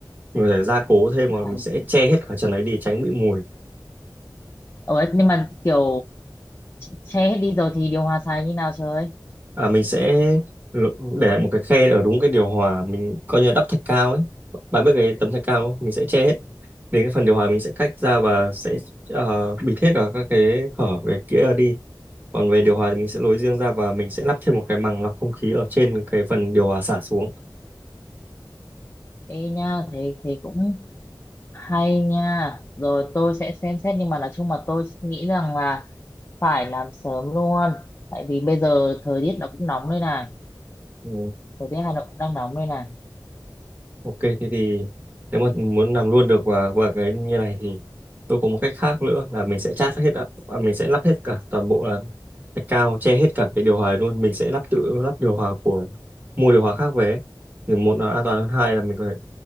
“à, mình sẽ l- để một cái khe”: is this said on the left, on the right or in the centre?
Right